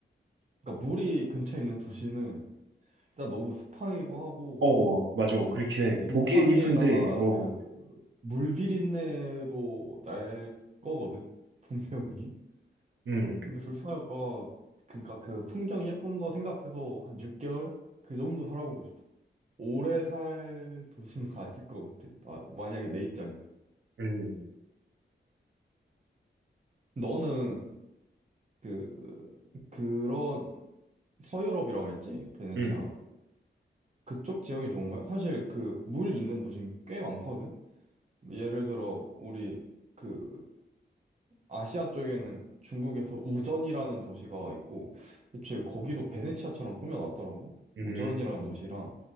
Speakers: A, on the right; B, on the right.
A: 그러니까 물이 근처에 있는 도시는 진짜 너무 스팡이기도 하고
B: 어, 어, 맞아. 그렇긴 해.
A: 곰팡이에다가
B: 보기엔 이쁜데, 어,
A: 그 물 비린내도 날 거거든 분명히
B: 음,
A: 근데 불편할까 그러니까 그 풍경 예쁜 거 생각해서 한 6개월 그 정도 살아보고 싶어 오래 살 도시는 <laughs> 아닐 것 같아 나- 만약에 내 입장이
B: 음,
A: 너는 그 그런 서유럽이라 그랬지? 베네치아가.
B: 음,
A: 그쪽 지형이 좋은가요? 사실 그 물 있는 도심 꽤 많거든. 예를 들어 우리 그 아시아 쪽에는 중국에서 우전이라는 도시가 있고, 애초에 거기도 베네치아처럼 꾸며놨더라고.
B: 음.
A: 우전이라는 도시랑,